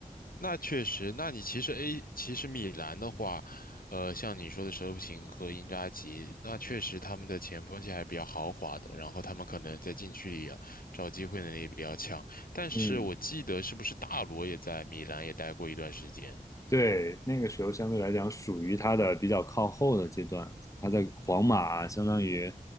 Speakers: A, on the left (about 70°); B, on the left (about 20°).
A: 那确实，那你其实 A 其实米兰的话，呃，像你说的舍甫琴和因扎吉，那确实他们的前锋线还是比较豪华的，然后他们可能在禁区里啊找机会能力也比较强，但是我记得是不是大罗也在米兰也待过一段时间？
B: 嗯，对，那个时候相对来讲属于他的比较靠后的阶段，他在皇马相当于，